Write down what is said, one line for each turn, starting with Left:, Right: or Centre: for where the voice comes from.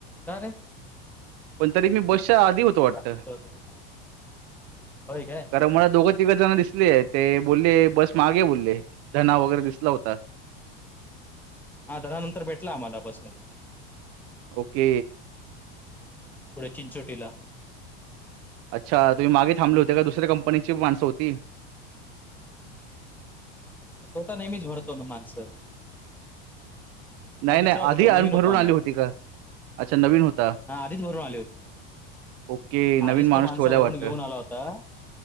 Centre: का रे
Right: पण तरी मी
Centre: हा
Right: बसच्या आधी होतो वाटत
Centre: ट्रॅफिक तर होतं. होय काय
Right: कारण मुळ दोघं तिघ जण दिस दिसले ते बोलले बस मागे बोलले धणा वगैरे दिसला होता
Centre: हा नंतर भेटला आम्हाला बसमध्येध्ये
Right: ओके
Centre: पुढे चिंचोटीला
Right: अच्छा तुम्ही मागे थांबले होते का दुसऱ्या कंपनीची माणसं होती
Centre: तो तर नेहमीच भरतो ना माणसं
Right: नाही,
Centre: हा दुसरात
Right: नाही आधी
Centre: होता
Right: अन
Centre: नवीन
Right: भरून
Centre: होता आणि
Right: आली
Centre: आता
Right: होती का? अच्छा नवीन होता.
Centre: हा आधीच भरून आली होती
Right: ओके,
Centre: आधीच
Right: नवीन माणूस
Centre: तो माणसं
Right: ठेवला
Centre: भरून
Right: वाटतं.
Centre: घेऊन आला होता